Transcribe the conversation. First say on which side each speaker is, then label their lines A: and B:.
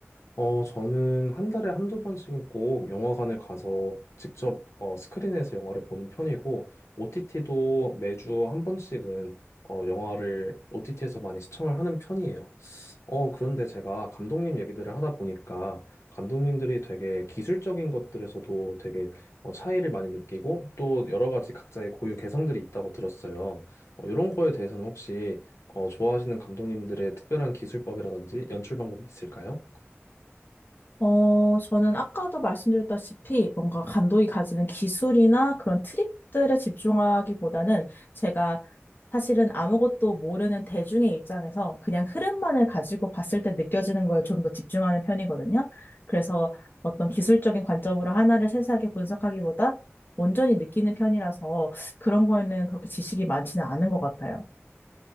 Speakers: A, on the left; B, on the left.
A: 어, 저는 한 달에 한두 번씩은 꼭 영화관을 가서 직접 어, 스크린에서 영화를 보는 편이고, OTT도 매주 한 번씩은 어, 영화를 OTT에서 많이 시청을 하는 편이에요. 어, 그런데 제가 감독님 얘기들을 하다 보니까 감독님들이 되게 기술적인 것들에서도 되게 어, 차이를 많이 느끼고 또 여러 가지 각자의 고유 개성들이 있다고 들었어요. 어, 이런 거에 대해서는 혹시 어, 좋아하시는 감독님들의 특별한 기술법이라든지 연출 방법이 있을까요?
B: 어, 저는 아까도 말씀드렸다시피 뭔가 감독이 가지는 기술이나 그런 트릭들에 집중하기보다는 제가 사실은 아무것도 모르는 대중의 입장에서 그냥 흐름만을 가지고 봤을 때 느껴지는 거에 좀 더 집중하는 편이거든요. 그래서 어떤 기술적인 관점으로 하나를 세세하게 분석하기보다 온전히 느끼는 편이라서 그런 거에는 그렇게 지식이 많지는 않은 것 같아요.